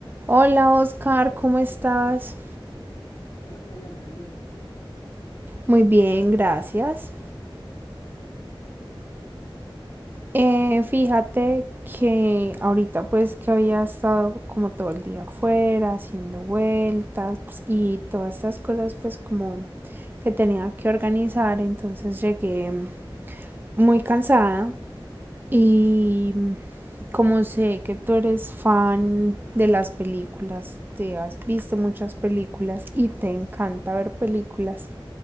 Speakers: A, on the right (about 20°); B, on the left (about 40°).
A: Hola Oscar, ¿cómo estás?
B: Hola Mariana, bien, ¿y tú?
A: Muy bien, gracias. Eh, fíjate que ahorita pues que había estado como todo el día afuera haciendo vueltas pues, y todas estas cosas pues como que tenía que organizar, entonces llegué muy cansada y como sé que tú eres fan de las películas, te has visto muchas películas y te encanta ver películas.